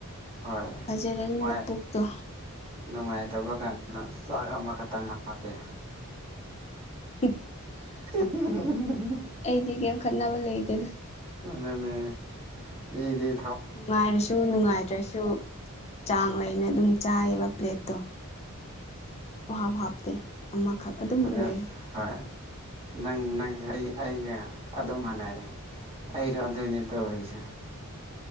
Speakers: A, on the right; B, on the left.
A: ꯍꯣꯏ
B: ꯐꯖꯔꯅꯤꯅ
A: ꯅꯨꯡꯉꯥꯏ
B: ꯄꯨꯣꯛꯇꯣ
A: ꯅꯨꯡꯉꯥꯏꯇꯕ ꯀꯥꯟꯗꯅ ꯆꯥꯛ ꯑꯃꯈꯛꯇꯪ ꯍꯥꯞꯄꯦ
B: <inaudible>
A: ꯎꯝ
B: ꯑꯩꯗꯤꯒꯦ ꯀꯅꯥꯕ ꯂꯩ ꯂꯩꯗꯦ ꯑꯗꯨ
A: ꯑꯗꯨꯅꯦꯗꯤ
B: ꯅꯨꯡꯉꯥꯏꯔꯁꯨ ꯅꯨꯡꯉꯥꯏꯇ꯭ꯔꯁꯨ ꯆꯥꯡ ꯂꯩꯅ ꯑꯗꯨꯝ ꯆꯥꯏꯌꯦꯕ ꯄ꯭ꯂꯦꯠꯇꯣ ꯍꯥꯞ ꯍꯥꯞꯇꯦ ꯑꯃꯈꯛ ꯑꯗꯨꯝ
A: ꯑꯗ
B: ꯑꯣꯏ
A: ꯍꯣꯏ ꯅꯪ ꯅꯪꯁꯦ ꯑꯩ ꯑꯩꯒ ꯑꯗꯨꯝ ꯃꯥꯟꯅꯔꯦ ꯑꯩꯔꯣ ꯑꯗꯨꯅꯦ ꯇꯧꯔꯤꯁꯦ